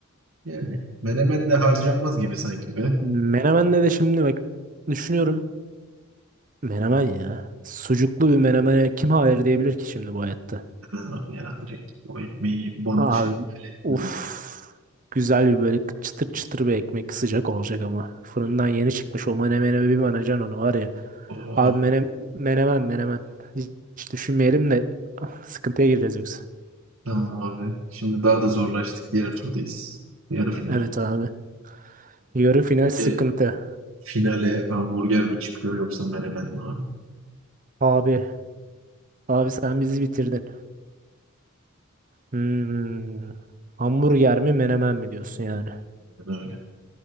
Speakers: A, on the right (about 70°); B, on the right (about 40°).
A: yani menemen de harcanmaz gibi sanki be.
B: Menemen'de de şimdi bak düşünüyorum. Menemen ya. Sucuklu bir menemene kim hayır diyebilir ki şimdi bu hayatta?
A: Hemen abi ya direkt o ekmeği banmışını
B: Abi
A: hayal ettim
B: uff.
A: ya.
B: Güzel bir böyle çıtır çıtır bir ekmek sıcak olacak ama. Fırından yeni çıkmış o menemene bir banacan onu var ya.
A: Oh,
B: Abi menem, menemen menemen. Hiç, hiç düşünmeyelim de ah, sıkıntıya gireceğiz yoksa.
A: tamam abi. Şimdi daha da zorlaştık. Diğer turdayız. Yarı final.
B: Evet abi. Yarı final sıkıntı.
A: Ee, Finale hamburger mi çıkıyor yoksa menemen mi abi?
B: Abi. Abi sen bizi bitirdin. Hmm. Hamburger mi menemen mi diyorsun yani?
A: Aynen Öyle.